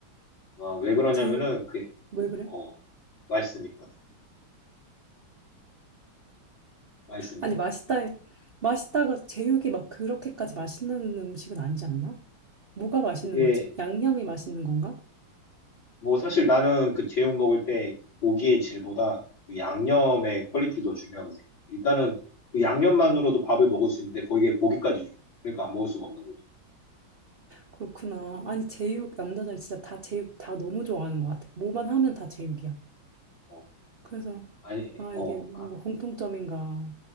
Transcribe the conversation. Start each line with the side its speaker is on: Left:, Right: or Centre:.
Left: 아, 왜 그러냐면은
Right: 제육,
Left: 그게
Right: 왜 그래?
Left: 어 맛있으니까 맛있으니까.
Right: 아니, 맛있다, 해- 맛있다가 제육이 막 그렇게까지 맛있는 음식은 아니지 않나? 뭐가 맛있는
Left: 그게
Right: 거지? 양념이 맛있는 건가?
Left: 뭐 사실 나는 그 제육 먹을 때 고기의 질보다 그 양념의 퀄리티를 더 중요하게 생각해. 일단은 그 양념만으로도 밥을 먹을 수 있는데 거기에 고기까지 줘. 그러니까 안 먹을 수가 없는 거지.
Right: 그렇구나. 아니, 제육,
Left: 어,
Right: 남자들 진짜 다 제육 다 너무 좋아하는 것 같아. 뭐만 하면 다 제육이야.
Left: 어,
Right: 그래서,
Left: 아니,
Right: 아,
Left: 어,
Right: 이게 뭔가
Left: 아,
Right: 공통점인가?